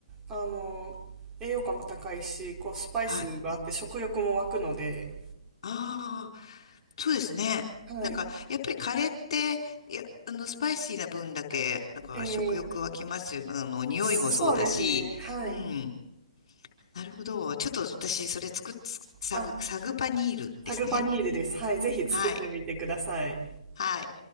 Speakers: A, on the right; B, on the left.
A: あの、栄養価も高いし、こう、スパイスがあって食欲も湧くので、
B: はい。ああ、そうですね。
A: はい。
B: なんか、やっぱりカレーって、いや、あの、スパイシーな分だけ、なんか食欲湧きますよね。
A: えー
B: あの、匂いもそうだし、
A: そうですね。はい。
B: うん。なるほど。ちょっと私、それ作っ、サグ、
A: あ、
B: サグパニールですね。
A: タグパニールです。はい。ぜひ作ってみてください。
B: はい。はい。